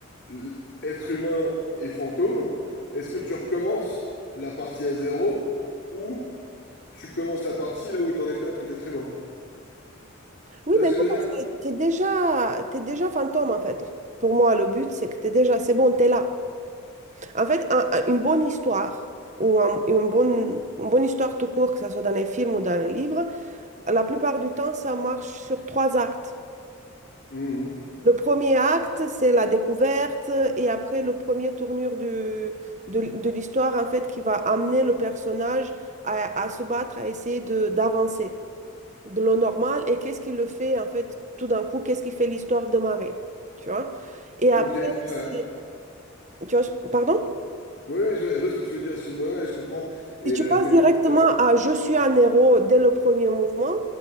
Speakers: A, on the left (about 55°); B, on the right (about 35°).
A: l- être humain et fantôme. Est-ce que tu recommences la partie à zéro ou tu commences la partie là où t'en étais en tant qu'être humain?
B: Oui,
A: Tu vois
B: mais
A: ce
B: non,
A: que je veux
B: parce
A: dire?
B: que t'es déjà, t'es déjà fantôme en fait. Pour moi, le but, c'est que t'es déjà, c'est bon, t'es là. En fait, un- un- une bonne histoire, ou un- une bonne, une bonne histoire tout court, que ce soit dans les films ou dans les livres, la plupart du temps, ça marche sur trois actes.
A: Mhm.
B: Le premier acte, c'est la découverte, et après, le premier tournure du- de, de l'histoire, en fait, qui va amener le personnage à, à se battre, à essayer de, d'avancer de l'eau normale et qu'est-ce qui le fait en fait tout d'un coup qu'est-ce qui fait l'histoire démarrer tu vois et après
A: Ok, ouais.
B: c'est-
A: ouais.
B: tu vois je- pardon
A: Oui, oui, je vois, je vois ce que tu veux dire. Excuse-moi, ouais, je comprends. Et
B: si tu
A: la-
B: passes
A: mais
B: directement
A: du coup,
B: à je suis un héros dès le premier mouvement